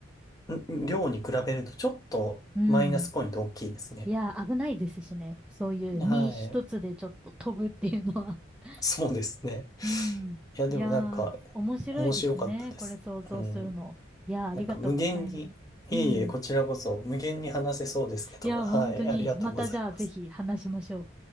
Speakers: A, on the left (about 20°); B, in the centre.
A: ん量に比べると、ちょっとマイナスポイント大きいですね。
B: うん。いや、危ないですしね。そういう身一つでちょっと飛ぶっていうのは。
A: はい。そうですね。
B: <laughs> うん。
A: いや、
B: いやー、
A: でもなんか、
B: 面白いですね。
A: 面白かったです。
B: これ想像するの。
A: うん。
B: いやー、ありがとうございます。
A: なんか無限に、いえいえ、
B: うん。
A: こちらこそ無限に話せそうですけど、
B: いやー、
A: はい、
B: 本当に、
A: ありがとうございます。
B: またじゃあぜひ話しましょう。